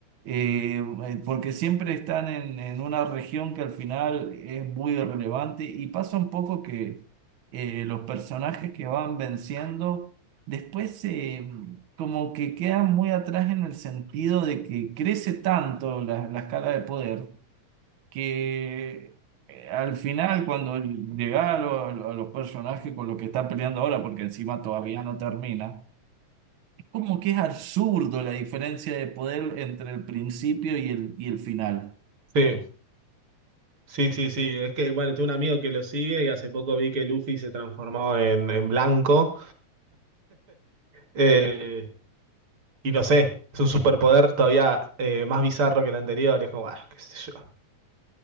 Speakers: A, on the right; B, on the right.
A: Eh, eh, porque siempre están en, en una región que al final es muy relevante y pasa un poco que eh, los personajes que van venciendo después eh, como que quedan muy atrás en el sentido de que crece tanto la, la escala de poder que... eh, Al final, cuando llega a, lo- a los personajes con los que está peleando ahora, porque encima todavía no termina, como que es absurdo la diferencia de poder entre el principio y el, y el final.
B: Sí, sí, sí, sí. Es que, bueno, tengo un amigo que lo sigue y hace poco vi que Luffy se transformó en, en blanco. eh, y no sé, es un superpoder todavía eh, más bizarro que el anterior. Es como, ah, qué sé